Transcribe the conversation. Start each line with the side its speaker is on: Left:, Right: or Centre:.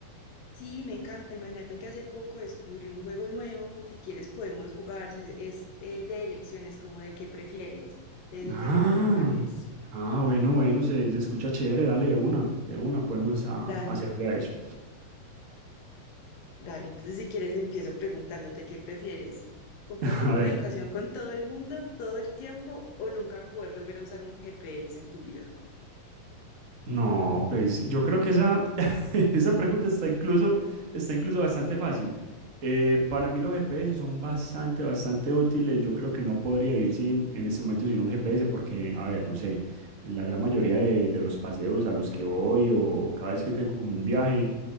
Left: Sí, me encanta. Imagínate que hace poco descubrí un juego nuevo. Si quieres podemos jugar. se- Es eh, de elecciones, como de qué prefieres, de situaciones
Right: Ah,
Left: normales.
Right: ah, bueno, bueno, se, se escucha chévere, dale de una, de una, podemos ah,
Left: Dale,
Right: hacerle a eso.
Left: dale. Entonces si quieres empiezo preguntándote qué prefieres. ¿Compartir
Right: <laughs> A ver,
Left: tu ubicación con todo el mundo todo el tiempo o nunca poder volver a usar un GPS en tu vida?
Right: No, pues yo creo que esa, <laughs> esa pregunta está incluso, está incluso bastante fácil. Eh, para mí los GPS son bastante, bastante útiles. Yo creo que no podría vivir sin, en este momento sin un GPS porque, a ver, no sé, en la gran mayoría de, de los paseos a los que voy o, o cada vez que tengo como un viaje,